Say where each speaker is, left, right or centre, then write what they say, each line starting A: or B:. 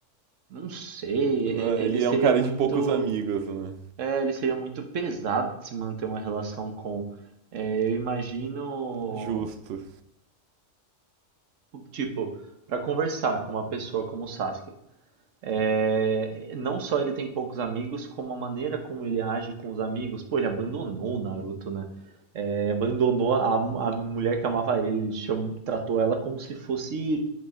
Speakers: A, on the right; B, on the right.
A: Não sei,
B: Né?
A: e- ele
B: Ele
A: seria
B: é um cara
A: muito,
B: de poucos amigos, né?
A: é, ele seria muito pesado de se manter uma relação com. É, eu imagino
B: Justo.
A: Tipo, para conversar com uma pessoa como o Sasuke, É, não só ele tem poucos amigos, como a maneira como ele age com os amigos. Pô, ele abandonou o Naruto, né? Eh, abandonou a, a mulher que amava ele, ele chamou- tratou ela como se fosse